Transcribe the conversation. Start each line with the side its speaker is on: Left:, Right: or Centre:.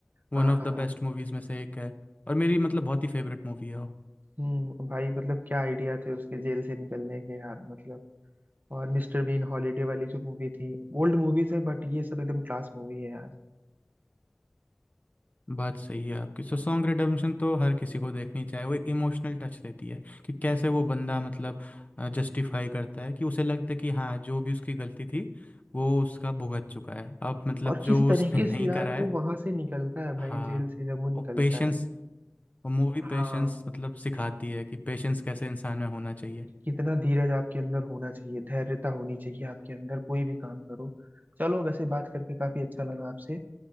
Left: One
Right: हाँ
Left: of the
Right: हाँ
Left: best movies में से एक है और मेरी मतलब बहुत ही फेवरेट मूवी है वो
Right: हम्म भाई मतलब क्या आइडिया थे उसके जेल से निकलने के यार मतलब और मिस्टर बीन हॉलीडे वाली जो मूवी थी ओल्ड मूवीज हैं बट ये सब एकदम क्लास मूवी है यार
Left: बात सही है आपकी सो सॉन्ग रिडेम्पशन तो हर किसी को देखनी चाहिए वो एक इमोशनल टच देती है कि कैसे वो बंदा मतलब जस्टिफाई करता है कि उसे लगता है कि हाँ जो भी उसकी गलती थी वो उसका भुगत चुका है अब मतलब
Right: और किस
Left: जो
Right: तरीके
Left: उसने <laughs> नहीं
Right: से यार
Left: करा
Right: वो
Left: है
Right: वहां से निकलता है
Left: हाँ
Right: भाई जेल से जब वो
Left: वो
Right: निकलता
Left: पेशेंस
Right: है
Left: वो मूवी
Right: हाँ
Left: पेशेंस मतलब सिखाती है कि पेशेंस कैसे इंसान में होना चाहिए
Right: कितना धीरज आपके अंदर होना चाहिए धैर्यता होनी चाहिए आपके अंदर कोई भी काम करो चलो वैसे बात करके काफी अच्छा लगा आपसे